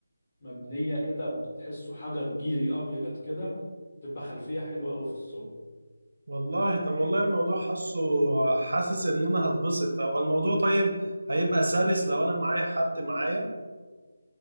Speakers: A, on the left (about 25°); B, on the right (about 70°).
A: مبنية كده بتحسه حجر جيري أبيض كده تبقى خلفية حلوة أوي في الصور
B: والله طب والله الموضوع حاسه حاسس ان انا هتبسط هو الموضوع طيب هيبقى سلس لو انا معايا حد معايا